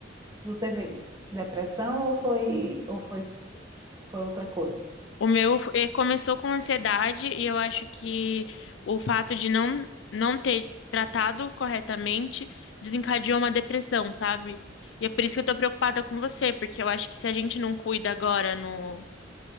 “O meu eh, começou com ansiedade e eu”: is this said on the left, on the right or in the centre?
Left